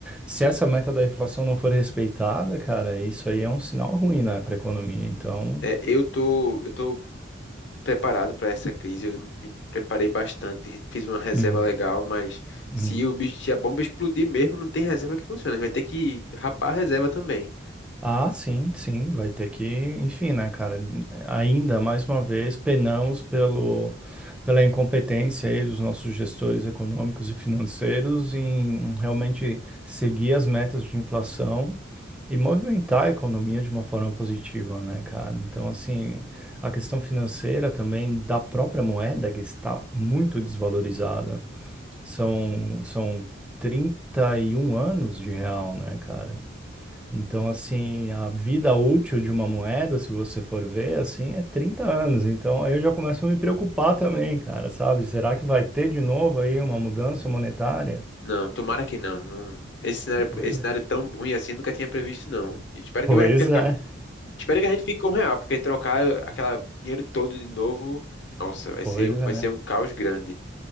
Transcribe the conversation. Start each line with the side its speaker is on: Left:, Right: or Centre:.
Centre: se essa meta da inflação não for respeitada, cara, isso aí é um sinal ruim, né, para a economia. Então,
Left: é, eu tô, eu tô preparado para essa crise, eu me preparei bastante, fiz uma reserva
Centre: Uhum,
Left: legal, mas
Centre: uhum.
Left: se o bicho, se a bomba explodir mesmo, não tem reserva que funcione, a gente vai ter que rapar a reserva também.
Centre: Ah, sim, sim, vai ter que, enfim, né, cara, ainda mais uma vez penamos pelo, pela incompetência aí dos nossos gestores econômicos e financeiros em realmente seguir as metas de inflação e movimentar a economia de uma forma positiva, né, cara? Então, assim, a questão financeira também da própria moeda que está muito desvalorizada. São, são 31 anos de real, né, cara? Então, assim, a vida útil de uma moeda, se você for ver, assim, é 30 anos. Então, aí eu já começo a me preocupar também, cara, sabe? Será que vai ter de novo aí uma mudança monetária?
Left: Não, tomara que não. não- esse cenário,
Centre: Pois
Left: esse cenário
Centre: é.
Left: tão ruim assim eu nunca tinha previsto, não. E Espero
Centre: Pois
Left: que vai,
Centre: é.
Left: espero que a gente fique com o real, porque trocar aquele dinheiro todo de novo, nossa, vai
Centre: Pois
Left: ser, um- vai ser
Centre: é.
Left: um caos grande.